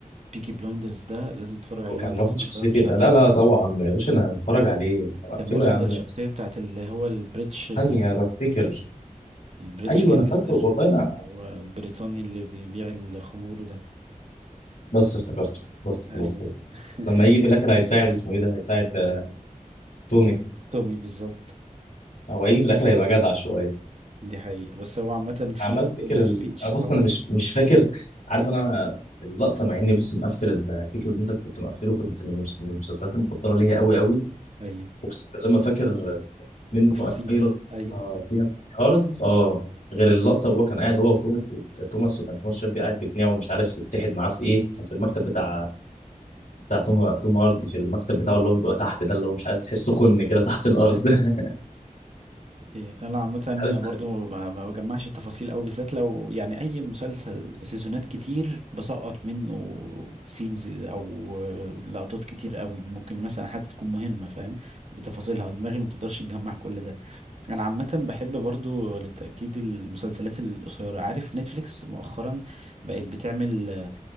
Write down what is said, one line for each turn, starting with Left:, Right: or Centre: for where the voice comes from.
Right: بيكي بلايندرز ده لازم تتفرج عليه
Left: وكان
Right: لو انت
Left: رافض
Right: لسه
Left: شخصيتي
Right: ما اتفرجتش
Left: لا
Right: عليه
Left: لا طبعا يا باشا أنا هتفرج عليه أقفله
Right: كان واخد
Left: يا عم
Right: الشخصية بتاعت اللي هو البريتش
Left: ثانية أنا بفتكر
Right: البريتش
Left: أيوه
Right: ايوه
Left: أنا
Right: جانجستر
Left: فاكره والله أنا
Right: هو البريطاني اللي بيبيع الخمور ده
Left: بس افتكرته بس
Right: ايوه
Left: خلاص خلاص
Right: <laughs>
Left: لما يجي في الآخر هيساعد اسمه إيه ده هيساعد آه، تومي
Right: تومي بالظبط
Left: هو هيجي في الآخر هيبقى جدع شوية
Right: دي حقيقة بس هو عامة في
Left: عمال أفتكر ال...
Right: سبيتش
Left: أنا بص
Right: او
Left: أنا مش مش فاكر عارف أنا اللقطة مع إني بص مقفل الفيديو اللي أنت كنت مقفله كنت من المس- من المسلسلات المفضلة ليا أوي أوي
Right: ايوه
Left: اقسم بالله ما فاكر منه
Right: تفاصيل
Left: اي لقطه
Right: ايوه
Left: فيها ارض اه غير اللقطه وهو كان قاعد هو وتوم توماس وكان توماس شيلبي قاعد بيقنعه ومش عارف يتحد معاه في ايه كان في المكتب بتاع بتاع توم توم هاردي في المكتب بتاعه اللي هو بيبقى تحت ده اللي هو مش عارف تحسه خن كده تحت الارض
Right: <laughs>
Left: <laughs>
Right: إيه، انا عامة
Left: مش عارف
Right: برضو ما ما بجمعش التفاصيل قوي بالذات لو يعني اي مسلسل سيزونات كتير بسقط منه سينز او لقطات كتير قوي ممكن مثلا حتى تكون مهمة فاهم بتفاصيلها دماغي ما تقدرش تجمع كل ده انا عامه بحب برضو للتاكيد المسلسلات القصيره عارف نتفليكس مؤخرا بقت بتعمل آه،